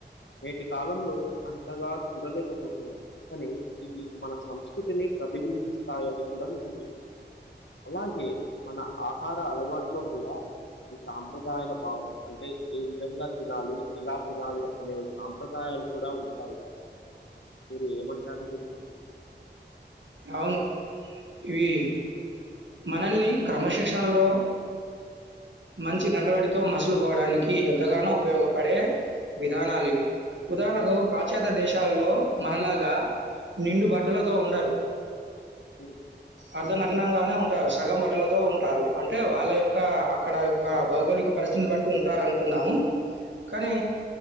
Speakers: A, on the left; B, on the right.
A: నేటి కాలంలో అంతగా చూడలేకపోతున్నాం కానీ ఇవి మన సంస్కృతిని ప్రతిబింబిస్తాయని కూడా నేను అలాగే మన ఆహార అలవాట్లో కూడా ఈ సాంప్రదాయాల భావం అంటే ఏ విధంగా తినాలి ఎలా తినాలి అనే సాంప్రదాయాల కూడా ఉంటాయి కదా మీరు ఏమంటారు దీనికి
B: అవును ఇవి మనల్ని క్రమశిక్షణలో మంచి నడవడితో మసులుకోవడానికి, ఎంతగానో ఉపయోగపడే విదానాలు ఇవి. ఉదాహరణకు పాశ్చాత్య దేశాలలో మనలాగా నిండు బట్టలతో ఉండరు
A: హ్మ్.
B: అర్ధనగ్నంగానే ఉ అంటే సగం బట్టలతో ఉంటారు. అంటే వాళ్ళ యొక్క అక్కడ యొక్క
A: సాంప్రదాయం
B: భౌగోళిక పరిస్థితి బట్టి ఉంటారునుకుందాము. కానీ